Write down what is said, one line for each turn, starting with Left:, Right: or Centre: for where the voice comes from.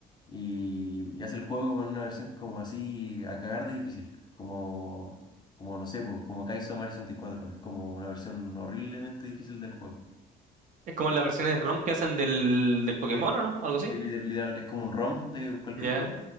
Left: Y, y hace el juego como en una versión como así a cagar de difícil. Como, como no sé, po, como Kaizo Mario 64. Es como una versión horriblemente difícil del juego.
Right: Es como las versiones ROM que hacen del, del Pokémon,
Left: Sí,
Right: ¿o no? Algo así.
Left: sí, liter- literal, es como un ROM de cualquier
Right: Ya.
Left: juego.